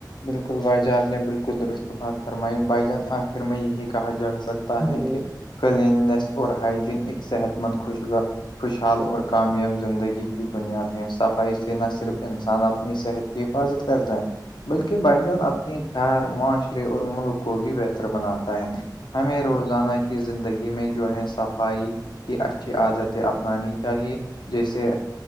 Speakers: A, on the left; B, on the right.
A: بالکل بھائی جان آپ نے بالکل درست بات فرمائی بائی جان آخر میں یہی کہا جا سکتا
B: ہاں
A: ت ہے
B: بھائی
A: کہ
B: جان
A: کلیننیس اور ہائجین ایک صحت مند خوشگا <unintelligible> خوشحال اور کامیاب زندگی کی بنیاد ہیں صفائی سے نہ صرف انسان اپنی صحت حفاظت کرتا ہے بلکہ بھائی جان اپنے گھر معاشرے اور ملک کو بھی بہتر بناتا ہے ہمیں
B: ہاں
A: روزانہ
B: بھائی
A: کی زندگی میں جو ہے صفائی کی اچھی عادتیں اپنانی چاہیے جیسے